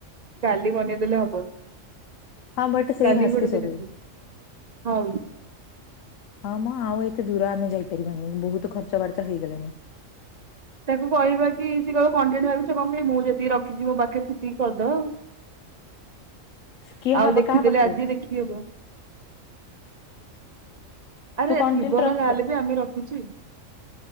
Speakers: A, on the right (about 45°); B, on the left (about 75°).
A: କାଲି ବନେଇଦେଲେ ହବ।
B: ହଁ ବଟ ସେଇ
A: କାଲି
B: ଭାସ୍କି
A: ଗୋଟେ ଦିନ
B: ସବରେ।
A: ତୁ ହଉ
B: ହଁ ମ ଆଉ ଏତେ ଦୂର ଆମେ ଯାଇପାରିବୁନି ବହୁତ ଖର୍ଚ୍ଚ ବାର୍ଚ୍ଚ ହେଇଗଲାଣି।
A: ତାକୁ କହିବା କି ସେ କହିବ କଣ୍ଟେଟ ଭାବିଚ କଣ ପାଇଁ? ମୁଁ ଯେତିକି ରଖିଚି ମୋ ପାଖରେ ସେତିକି କରିଦବା ଆଉ।
B: କିଏ
A: ଆଉ
B: ହବ
A: ଦେଖିଦଲେ
B: କାହା ପାଖରେ
A: ଆଜି ଦେଖି ହବ। ଆରେ
B: ତୁ କଣ୍ଟେଣ୍ଟ
A: ଥିବନା
B: ରଖିଛ
A: ଯାହା ହେଲେ ବି ଆମେ ରଖିଚି।